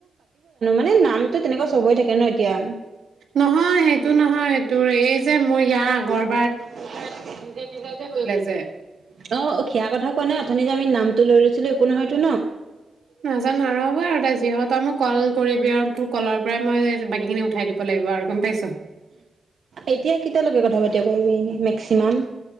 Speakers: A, on the right; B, on the right.
A: মানুহটো তেনেকুৱা চবে থাকে ন এতিয়া
B: নহয় সেইটো নহয় তোৰ এই যে মোৰ ইয়াৰ আগৰ
A: অ অ সেইয়াৰ
B: যে
A: কথা কোৱা নাই অথনি যে আমি নাম টো লৈ ৰৈছিলো একো নহয়তো ন
B: নাজানো আৰু হ'ব আৰু তাই যি হ'ব তই মোক কল কৰিবি আৰু তোৰ কলৰ পৰাই মই বাকী খিনি উঠাই দিব লাগিব আৰু গম পাইছো
A: এতিয়া কেতিয়া লগে কথা পাতিব পাৰিবি এনে মেক্সিমাম